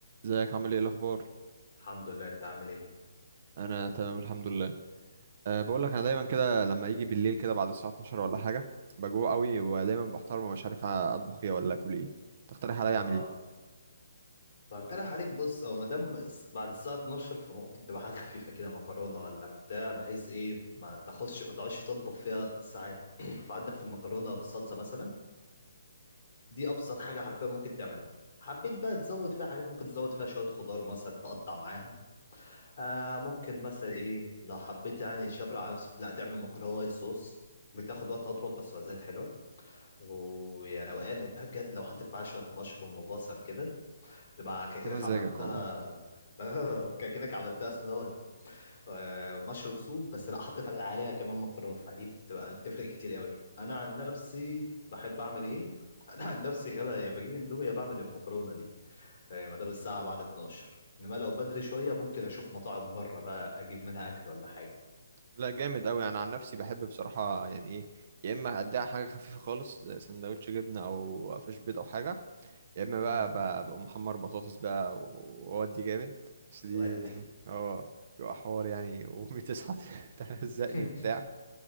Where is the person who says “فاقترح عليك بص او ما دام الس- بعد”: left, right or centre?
Left